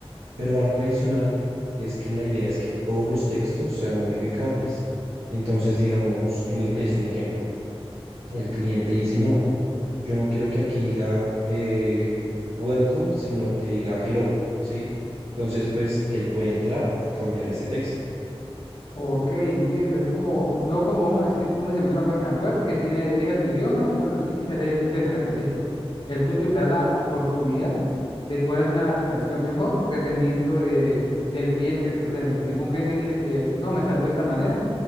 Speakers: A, on the right; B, on the left.
A: Pero algo adicional es que la idea es que todos los textos sean modificables. Entonces, digamos, en inglés, un ejemplo, el cliente dice no. Yo no quiero que aquí diga eh, welcome, sino que diga hello, ¿sí? Entonces, pues él puede entrar a cambiar ese texto.
B: Ok, entiendo. Es como, no como vamos a decir, uno se mete a una página web que tiene, elija tu idioma y uno lo elige y sale un texto en específico. El tuyo te da la oportunidad de poder hacer una adaptación mejor dependiendo de, del cliente que lo tenga. Tipo, un cliente quiere que, no, me salude de esta manera.